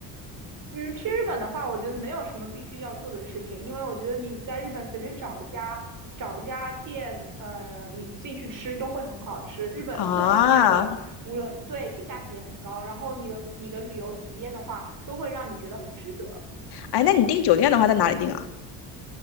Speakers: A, on the right; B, on the left.
A: 嗯，去日本的话，我觉得没有什么必须要做的事情，因为我觉得你在日本随便找一家找一家店，呃，你进去吃都会很好吃。日本各方面的，
B: 啊，
A: 无论对性价比也很高，然后你的你的旅游体验的话，都会让你觉得很值得。
B: 哎，那你订酒店的话在哪里订啊？